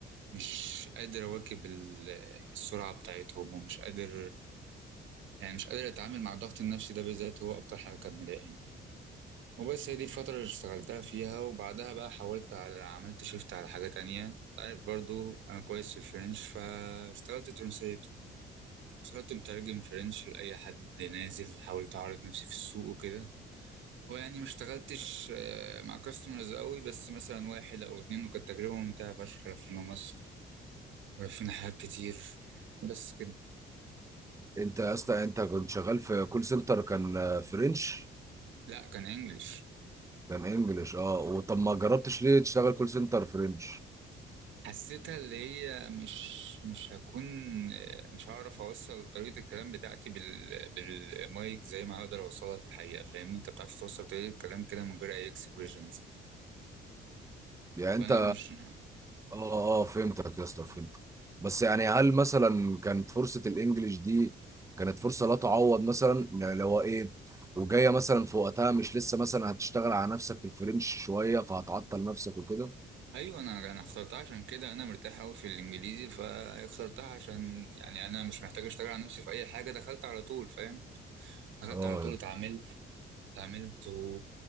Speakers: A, on the right (about 75°); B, on the right (about 15°).
A: مش قادر أواكب ال- السرعة بتاعتهم ومش قادر يعني مش قادر أتعامل مع الضغط النفسي ده بالذات هو أكتر حاجة كانت مضايقاني وبس هي دي الفترة اللي اشتغلتها فيها وبعدها بقى حاولت على عملت شيفت على حاجة تانية أنت عارف برضو أنا كويس في الفرنش فاشتغلت ترانسليت اشتغلت مترجم فرنش لأي حد نازل حاولت أعرض نفسي في السوق وكده ويعني ما اشتغلتش آه، مع كاستمرز قوي بس مثلا واحد او اتنين وكانت تجربة ممتعة فشخ لفينا مصر ولفينا حاجات كتير بس كده
B: انت يا اسطى انت كنت شغال في كول سنتر كان آه، فرنش
A: لا كان انجلش
B: كان انجلش اه وطب ما جربتش ليه تشتغل كول سنتر فرنش
A: حسيتها اللي هي مش مش هكون آه، مش هعرف اوصل طريقة الكلام بتاعتي بال بالمايك زي ما هقدر اوصلها في الحقيقة فاهمني انت بتعرف توصل طريقة الكلام كده من غير اي اكسبريشنز
B: يعني انت
A: فانا مش
B: اه اه فهمتك يا اسطى فهمتك بس يعني هل مثلا كانت فرصة الانجليش دي كانت فرصة لا تعوض مثلا يعني لو ايه وجاية مثلا في وقتها مش لسه مثلا هتشتغل على نفسك في الفرنش شوية فهتعطل نفسك وكده
A: ايوه انا انا اخترتها عشان كده انا مرتاح قوي في الانجليزي فاخترتها عشان يعني انا مش محتاج اشتغل على نفسي في اي حاجه دخلت على طول فاهم دخلت
B: اه
A: على طول
B: يا اسطى،
A: اتعاملت اتعاملت و...